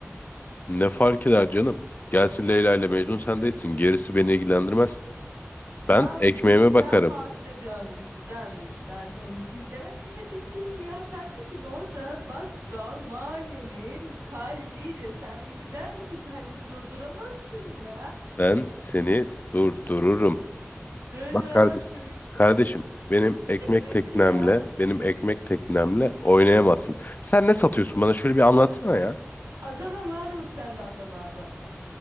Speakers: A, on the left; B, on the right.
A: Ne fark eder canım? Gelsin Leyla ile Mecnun sen de içsin. Gerisi beni ilgilendirmez.
B: Lan
A: Ben ekmeğime
B: diziden
A: bakarım.
B: bahsediyorum diziden diziden. Sen hiç izlemedin mi diziyi ya kardeşim orada bakkal mahallenin kalbiydi. Sen bir gider misin kalbimi durduramazsın ya.
A: Ben seni durdururum.
B: Durduramazsın
A: Bak kardeş,
B: bir
A: kardeşim benim ekmek
B: git
A: teknemle,
B: ya.
A: benim ekmek teknemle oynayamazsın. Sen ne satıyorsun bana şöyle bir anlatsana ya.
B: Adana var mı sende Adana Adana?